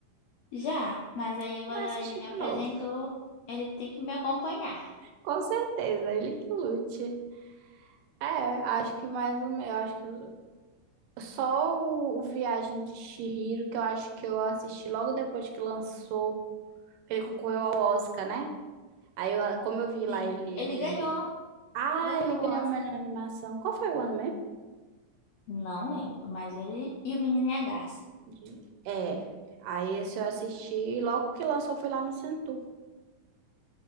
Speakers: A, on the left; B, on the right.
A: já, mas aí
B: Ele
A: agora
B: Vai assistir
A: ele me
B: de
A: apresentou.
B: novo.
A: Ele tem que me acompanhar.
B: Com certeza, ele que lute. É, acho que mais ou menos, eu acho que o- só o, o Viagem de Chihiro, que eu acho que eu assisti logo depois que lançou, que ele concorreu ao Oscar, né? Aí, eu, como eu vi lá,
A: Sim,
B: ele,
A: ele
B: ele...
A: ganhou.
B: Ah,
A: Ganhou
B: ele ganhou
A: o Oscar.
B: a melhor animação. Qual foi o ano mesmo?
A: Não lembro, mas ele e o Menino e a Garça.
B: De- É, aí esse eu assisti e logo que lançou foi lá no Centro